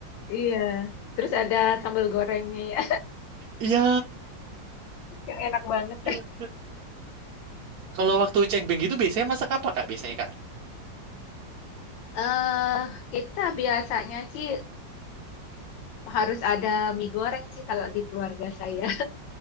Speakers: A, on the left; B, on the right.
A: iya. Terus ada sambal gorengnya ya,
B: Iya.
A: <laughs> yang enak banget.
B: <laughs> Kalau waktu cengbeng gitu biasanya masak apa Kak biasanya Kak?
A: Eh, kita biasanya sih harus ada mie goreng sih kalau di keluarga saya.